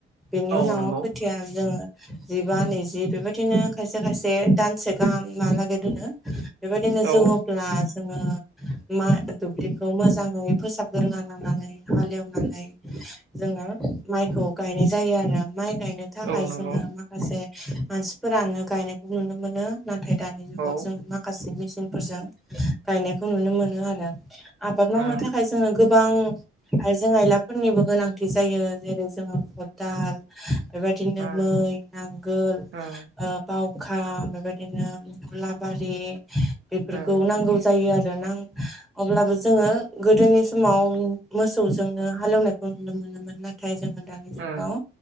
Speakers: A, in the centre; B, on the right.
A: बेनि
B: औ
A: उनाव
B: नंगौ
A: खोथिया जोङो जिबा नैजि बेबायदिनो खायसे खायसे दानसे गाहाम आलागै दोनो बेबायदिनो
B: औ
A: जोङो ब्ला जोङो मा दुब्लिखौ मोजाङै फोसाबग्रोना लानानै हाले एवनानै जोङो माइखौ गायनाय जायो आरो माइ गायनो थाखाय
B: औ नंगौ
A: जोङो माखासे मानसिफोरानो गायनायखौ नुनो मोनो नाथाय दानि जुगाव
B: औ
A: जों माखासे मेचिनफोरजों गायनायखौ नुनो मोनो आरो आबाद मावनो
B: उम
A: थाखाय जोङो गोबां आइजें-आयलाफोरनिबो गोनांथि जायो जेरै जोङो खदाल बिदिनो
B: उम
A: मै नांगोल
B: उम
A: ओ बावखा बेबायदिनो गुलाबारि बेफोरखौ
B: उम
A: नांगौ जायो आरो ना अब्लाबो जोङो गोदोनि समाव मोसौजोंनो हालेवनायखौ नुनो मोनोमोन आरो नाथाय जोङो दानि जुगाव
B: उम